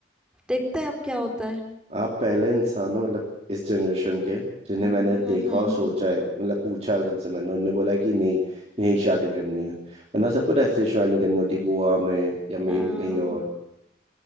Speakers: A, in the centre; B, on the right (about 35°).
A: देखते हैं अब क्या होता है
B: आप पहले इंसान हो मतलब इस जनरेशन के जिन्हें
A: हम्म
B: मैंने देखा
A: हम्म हम्म
B: और सोचा है मतलब पूछा जिनसे मैंने उनने बोला कि नहीं यहीं शादी करनी है वरना सबको डेस्टिनेशन वेडिंग करनी होती है गोवा में या मे
A: हम्म।
B: भी कहीं और